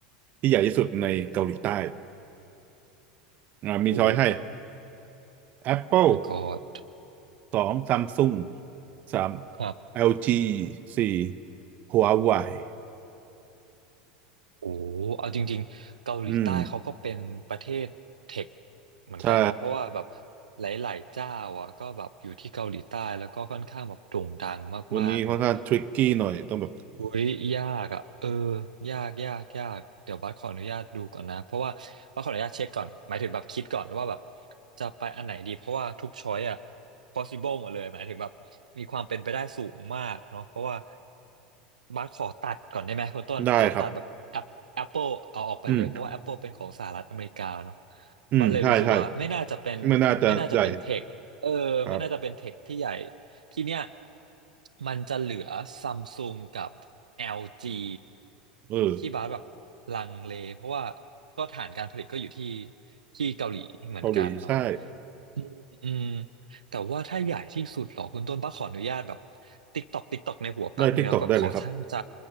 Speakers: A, on the right; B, on the right.
A: ที่ใหญ่ที่สุดในเกาหลีใต้อ่ามีช้อยให้
B: โอ้
A: Apple
B: my god
A: สองซัมซุงสาม
B: ครับ
A: LG สี่ Huawei
B: โอ้เอาจริงๆเกาหลีใต้เขาก็เป็นประเทศเทค
A: อืม
B: เหมือนกันเนาะเพราะว่าแบบ
A: ใช่
B: หลายๆเจ้าอ่ะก็แบบอยู่ที่เกาหลีใต้แล้วก็ค่อนข้างแบบโด่งดังมากๆเนาะ
A: วันนี้ค่อนข้างทริกกี้หน่อยต้องแบบ
B: อุ้ยยากอ่ะเออยากยากยากเดี๋ยวบัสขออนุญาตดูก่อนนะเพราะว่าบัสขออนุญาตเช็คก่อนหมายถึงแบบคิดก่อนว่าแบบจะไปอันไหนดีเพราะว่าทุกช้อยอ่ะ possible หมดเลยหมายถึงแบบมีความเป็นไปได้สูงมากเนาะเพราะว่าบัสขอตัดก่อนได้ไหมคุณต้นขอตัดแบบ
A: ได้ครับ
B: App- Apple เอาออกไปเลยเพราะว่า
A: อืม
B: Apple เป็นของสหรัฐอเมริกาเนาะ
A: อืมใช่ใช่
B: บัสเลยรู้สึกว่าไม่น่าจะเป็นไม่น่าจะเป็นเทคเออไม่น่าจะเป็นเทคที่ใหญ่
A: ไม่น่าจะได้ครับ
B: ทีเนี้ยมันจะเหลือซัมซุงกับ LG
A: เออ
B: ที่บาสแบบลังเลเพราะว่าก็ฐานการผลิตก็อยู่ที่ที่เกาหลีเหมือนกันเนาะ
A: เกาหลีใช่
B: อืมอืมแต่ว่าถ้าใหญ่ที่สุดเหรอคุณต้นป้าขออนุญาตแบบติ๊กตอกติ๊กตอกในหัวแป๊บเนื้อแบบขอชั่างใจ
A: ได้ทิกตอกได้เลยครับ